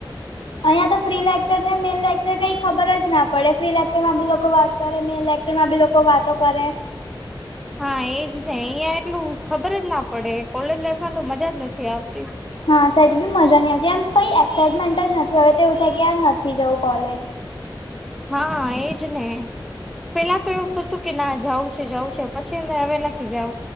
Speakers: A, on the left; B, in the centre.
A: અહિયાં યાતો, ફ્રી લેક્ચરને મેન લેકચર કંઈ ખબર જ ના પડે. ફ્રી લેક્ચર માં ભી લોકો વાત કરે મેન લેક્ચર- જેમાં ભી લોકો વાતો કરે
B: હા એજને અહિયાં એટલું ખબર જના પડે કોલેજ લાઈફમાં તો મજા જ નથી આવતી.
A: હા સાચ ભી મજાનની આવતી એમ કંઈ એક્સાઈટમેન્ટ જ નથી, હવે તો એવું થાય કે યાર નથી જવું કોલેજ.
B: હા, એજ ને પેલા તો એવું થતું કેના જઉ છે, જઉ છે. પછી હવે નથી જઉ.